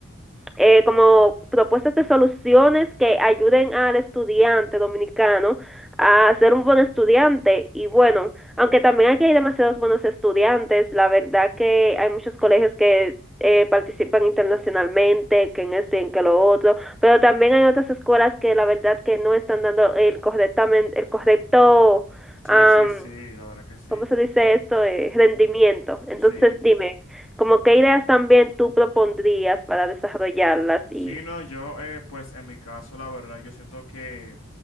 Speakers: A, in the centre; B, on the left (about 80°).
A: eh, como propuestas de soluciones que ayuden al estudiante dominicano a ser un buen estudiante y bueno, aunque también aquí hay demasiados buenos estudiantes, la verdad que hay muchos colegios que eh, participan internacionalmente, que en esto y en que lo otro, pero también hay otras escuelas que la verdad que no están dando el correctamente el correcto
B: Sí,
A: um,
B: sí, sí, la verdad que sí.
A: ¿cómo se dice esto? Eh, rendimiento. Entonces,
B: Sí,
A: dime, ¿como qué ideas también tú propondrías para desarrollarlas
B: Sí,
A: y
B: no, yo, eh, pues en mi caso, la verdad, yo siento que,